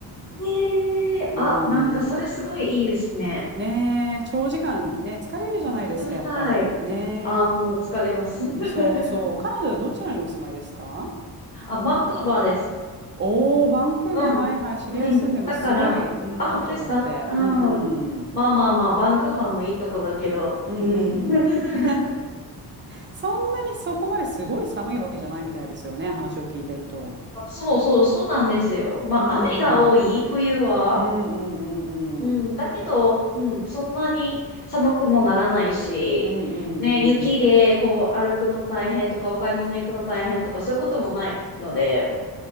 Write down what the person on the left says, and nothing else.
ねえ。
あ、なんかそれすごいいいですね。
やってみたい。
あ、もう疲れます。<laughs>
あ、バンクーバーです。
うん。
うん。だから、
あ、本当ですかう
ん。
まあまあまあ、バンクーバーもいいとこだけど、
うん。<laughs>
あそうそう、そうなんですよ。まあ、
雨が多い、
冬は。
うん、だけど、うん、そんなに寒くもならないし、
ね、雪でこう歩くの大変とか、お買い物行くの大変とか、そういうこともないので、